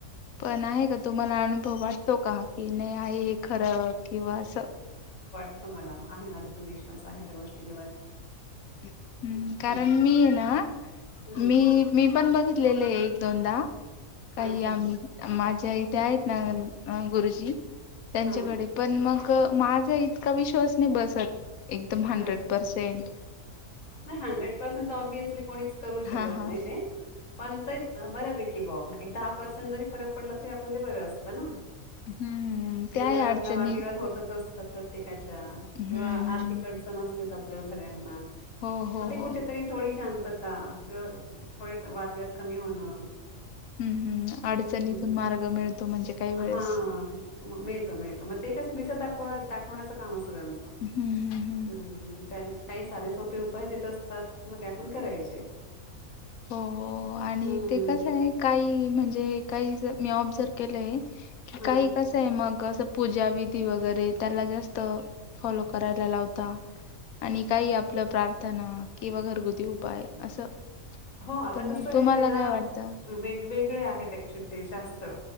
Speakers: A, on the left; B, on the left.
A: पण आहे का, तुम्हाला अनुभव वाटतो का, की नाही आहे खरं किंवा असं.
B: वाटत मला, आहे माझा पण विश्वास आहे त्या गोष्टींवर.
A: हम् कारण
B: हं,
A: मी आहे ना,
B: हं.
A: मी मी पण बघितलेले आहे एक दोनदा काही
B: अच्छा.
A: आम, माझ्या इथे आहेत ना गुरुजी. त्यांच्याकडे
B: हां,
A: पण मग माझा इतका विश्वास नाही बसत. एकदम हंड्रेड
B: अच्छा.
A: प्रसेंट.
B: नाही हंड्रेड पर्सेंट तर ऑबसली कोणीच करू शकत
A: हा हा
B: नाही ते, पण तरी बऱ्यापेकी ब एक दहा पर्सेंट जरी फरक पडला तरी आपलं ते बरं असतं ना.
A: हम्म
B: कि
A: त्याही
B: घरात
A: अडचणी
B: आपला वादविवाद होतच असतो. प्रत्येकाच्या
A: हम्म
B: किंवा आर्थिक
A: हम्म.
B: अडचण असतेच, आपल्याला सगळ्यांनाच.
A: हो हो
B: मग ते
A: हो
B: कुठे तरी थोडी शांतता किंवा थोडे वादविवाद कमी होणं.
A: <inaudible> अडचणीतून
B: हम
A: मार्ग मिळतो म्हणजे काही वेळेस
B: हा मिळतो मिळतो, मग ते कसं दिशा दाखवत दा-दाखवण्याचं काम असतं त्यांच
A: हम्म हम्म हम्म
B: हम त्या- साधेसोपे उपाय देत असतात, मग ते आपण करायचे.
A: हो हो, आणि
B: हम्म
A: ते कसयं आहे काही म्हणजे काही मी ऑब्जर जर केलंय. कि
B: हा.
A: काही कसं आहे मग असं पूजा विधी वगैरे त्याला जास्त फॉलो करायला लावता. आणि काही आपलं प्रार्थना किंवा घरगुती उपाय असं
B: हो, आता
A: तर मग
B: कसं आहे
A: तुम्हाला
B: तेना
A: काय वाटतं
B: वेगवेगळे आहेत, ऍक्चुली ते शास्त्र.